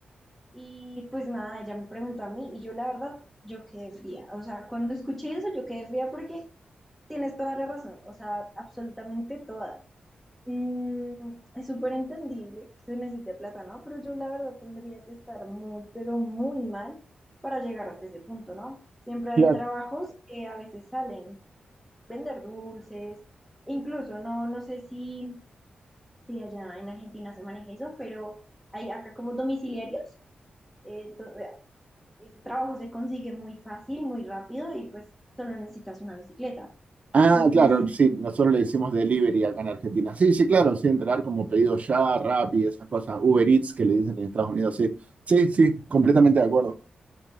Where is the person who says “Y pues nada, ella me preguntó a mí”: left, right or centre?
Centre